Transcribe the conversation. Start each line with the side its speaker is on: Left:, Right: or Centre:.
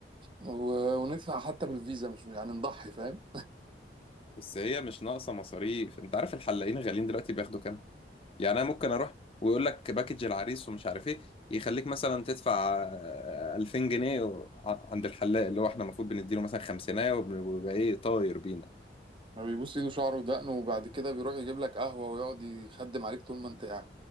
Right: و- وندفع حتى بالفيزا مش يعني نضحي فاهم
Left: بس هي مش ناقصه مصاريف انت عارف الحلاقين غاليين دلوقتي بياخدوا كام يعني انا ممكن اروح ويقول لك باكج العريس ومش عارف ايه يخليك مثلا تدفع آه، 2000 جنيه و- ع- عند الحلاق اللي هو احنا المفروض بنديله مثلا خمسينية وبن- ويبقى ايه طاير بينا
Right: ما بيبوس إيده شعره ودقنه وبعد كده بيروح يجيب لك قهوة ويقعد يخدم عليك طول ما أنت قاعد